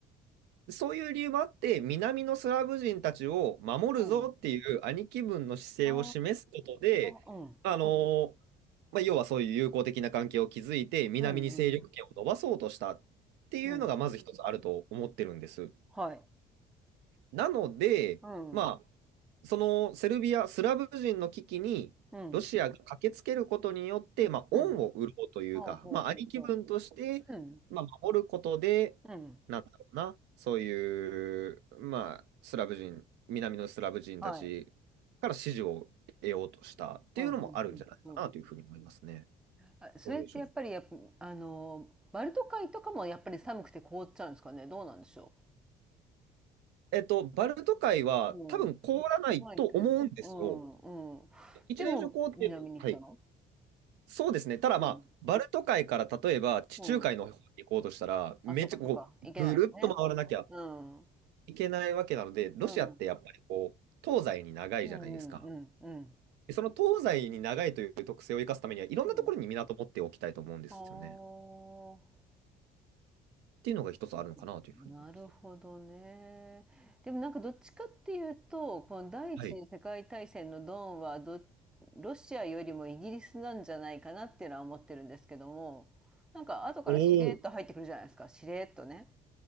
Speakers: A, on the right; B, in the centre.
A: そういう理由もあって、南のスラブ人たちを守るぞっていう兄貴分の姿勢を示すことで、
B: うん。ああ、うん。
A: あのまあ、要はそういう友好的な関係を築いて、南に勢力圏を伸ばそうとしたっていうのが、
B: うん。うん。うん。
A: まず一つあると思ってるんです。
B: はい。
A: なので、
B: うん。
A: まあ、そのセルビア、スラブ人の危機にロシアが駆けつけることによって、
B: うん。
A: まあ、恩を売ろうというか、
B: うん。ああ、ほうほうほ
A: まあ、兄貴分として、
B: う。うん。
A: まあ、守ることで、
B: うん。
A: なんだろうな、そういう、まあ、スラブ人、南のスラブ人たちから支持を得ようとしたっていうのもあるんじゃないかなというふうに思いますね。
B: はい。うん。うん。うん。あ、それってやっぱりやっぱ、
A: どうでしょう。
B: あの、バルト海とかもやっぱり寒くて凍っちゃうんですかね。どうなんでしょ
A: えっと、バルト海は多分凍らないと思うんですよ。
B: う。うん。怖いけど。うん、うん。
A: 一連諸行程、
B: でも、南に行ったの
A: はい。そうですね。ただまあ、
B: うん。
A: バルト海から例えば地中海の方に行こうとしたら、
B: うん。
A: めっちゃこう、
B: あ、そっかそっか。行けないですね。
A: ぐるっと回らなきゃ
B: うん。うん。
A: いけないわけなので、ロシアってやっぱりこう、
B: うん
A: 東西に長いじゃないですか。
B: うんうんうん。
A: でその東西に長いという特性を生かすためには、いろんなところに港を持っておきたいと思うんですよね。
B: うん。ああ。
A: っていうのが一つあるのかなというふうに思います。
B: <laughs> なるほどね。でもなんかどっちかっていうと、この第一次世界大戦のドンはど、
A: はい。
B: ロシアよりもイギリスなんじゃないかなっていうのは思ってるんですけども、なんか後からしれっと入ってくるじゃないですか。
A: おお。
B: しれっとね。